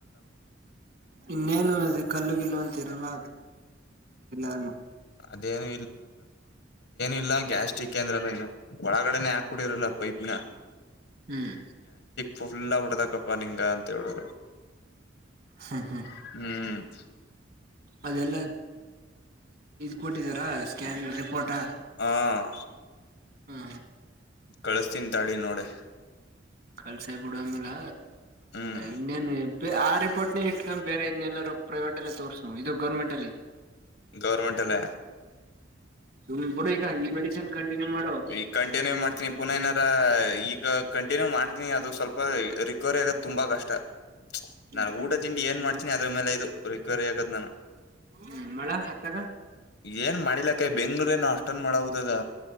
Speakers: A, on the right; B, on the left.
A: ಏನೇನು ಕಲ್ಲುಗಿಲ್ಲು ಅಂತಿದ್ರಲ್ಲ ಏನೋ
B: ಅದೇನು ಇಲ್ಲ ಗ್ಯಾಸ್ಟ್ರಿಕ್ ಅದ್ರಲ್ಲ ಒಳಗಡೆನೆ ಹಕ್ಬಿಟ್ರಲ್ಲ ಪೈಪಿನ
A: ಹ್ಮ್
B: ಫುಲ್ಅಗ್ಬುತಕಪನಿಂಗ ಅಂದ್ರು
A: ಹ್ಮ್ ಹ್ಮ್
B: ಹೂಂ <unintelligible>
A: ಅದೆಲ್ಲ ಕೊಟ್ಟಿದ್ದಾರೆ ಸ್ಕ್ಯಾನ್ ರಿಪೋರ್ಟ್ ಟ
B: ಹ
A: ಆ
B: ಕಳಿಸ್ತೀನಿ ತಡಿ ನೋಡೇ
A: ಕಲ್ಸಾಯಿ ಬುಡು ಅಂದ್ಮೇಲೆ
B: ಹ್ಮ್
A: ಇನ್ನೇನು ಏರಿಪೋರ್ಟನೇ ಇಟ್ಟಕಂಡು ಬೇರೆಯಲ್ಲರ ಪ್ರೈವೇಟ್ ಅಲ್ಲಿ ಇದು ಗೋರ್ಮೆಂಟ್ನಲ್ಲಿ
B: ಗೋವರ್ಮೆಂಟ್ ಅಲ್ಯ
A: ಸುಮ್ ಬಿಡು ಈಗ ಈ ಮೆಡಿಸಿನ್ ಕಂಟಿನ್ಯೂ ಮಾಡು
B: ಈಗ ಕಂಟಿನ್ಯೂ ಮಾಡ್ತೀನಿ ಪುನಃ ಎನ್ನರ ಈಗ ಕಂಟಿನ್ಯೂ ಮಾಡ್ತಿನಿ ರಿಕವರಿ ಆಗದು ತುಂಬಾ ಕಷ್ಟ
A: ಹ್ಮ್
B: ನನ್
A: ಹ್ಮ್
B: ಊಟ ತಿಂಡಿ ಏನ್ ಮಾಡ್ತಿನಿ ಅದ್ರಮೇಲೆ ಇದು ರಿಕವರಿ ಆಗದು ನಾನು
A: ಹ್ಮ್ ಮಳೆ ಅತ್ತಾಗ
B: ಏನು ಮಾಡಿಲ್ಲ ಕಾಯ ಬೆಂಗಳೂರೇನು ಮಾಳ ಉದಾದ್ದ